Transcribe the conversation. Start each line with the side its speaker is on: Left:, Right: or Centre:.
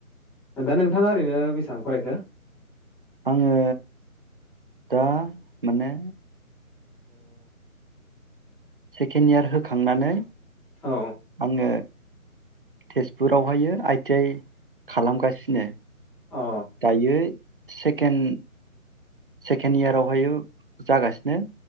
Centre: दा नोंथाङा ओरैनो बेसेबां फरायखो
Right: आङो दा माने सेकेण्ड इयार होखांनानै
Centre: औ
Right: आङो तेजपुरावहायो आइटि आइ खालामगासिनो
Centre: औ
Right: दायो सेकेण्ड सेकेण्ड इयारावहाय जागासिनो